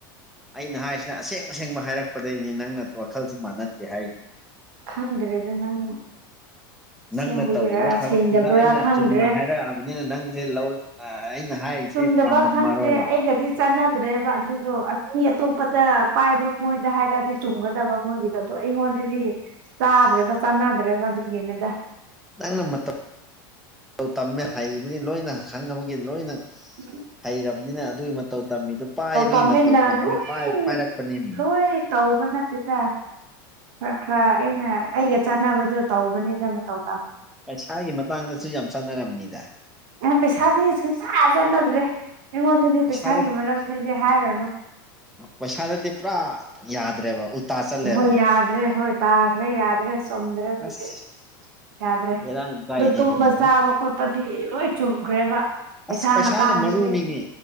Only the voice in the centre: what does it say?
ꯑꯩꯅ ꯍꯥꯏꯔꯤꯁꯤ ꯁꯤ ꯑꯁꯦꯡ ꯑꯁꯦꯡꯕ ꯍꯥꯏꯔꯛꯄꯗꯒꯤꯩꯅꯤ ꯅꯪꯅ ꯋꯥꯈꯜꯁꯤ ꯃꯥꯟꯅꯗ꯭ꯔꯤ ꯍꯥꯏꯔꯤꯅꯤ
ꯅꯪꯅ ꯇꯧꯔꯤꯕ ꯊꯕꯛꯇꯨꯗ
ꯑꯩꯅ
ꯆꯨꯝꯅ ꯍꯥꯏꯔꯛꯑꯕꯅꯤꯅ ꯅꯪꯁꯦ ꯂꯧ ꯑꯩꯅ ꯍꯥꯏꯔꯤꯁꯦ
ꯄꯥꯝꯃꯝꯃꯔꯣꯏꯕ
ꯅꯪꯅ ꯃꯇ ꯃꯇ ꯇꯝꯃꯦ ꯍꯩꯕꯅꯤ ꯂꯣꯏꯅ ꯈꯪꯕꯒꯤ ꯂꯣꯏꯅ
ꯍꯩꯔꯕꯅꯤꯅ ꯑꯗꯨꯒꯤ ꯃꯇꯧ ꯇꯝꯃꯤꯗꯨ ꯄꯥꯏꯕꯒꯤ
ꯃꯇꯧ ꯇꯝꯃꯤꯣꯏ
ꯄꯥꯏꯔꯛꯄꯅꯦ ꯃꯤ
ꯄꯩꯁꯥꯒꯤ ꯃꯇꯥꯡꯗꯁꯨ ꯌꯥꯝ ꯆꯥꯟꯅꯔꯝꯅꯤꯗ
ꯄꯩꯁꯥꯗ
ꯄꯩꯁꯥꯗꯗꯤ ꯄꯨꯔꯥ ꯌꯥꯗ꯭ꯔꯦꯕ ꯆꯠꯂꯦꯕ
ꯑꯁ
ꯕꯦꯔꯥ ꯌꯥꯝ ꯀꯥꯏꯅꯦ
ꯑꯗꯨꯅꯦ
ꯑꯁ ꯄꯩꯁꯥꯅ
ꯃꯔꯨꯅꯤꯅꯦ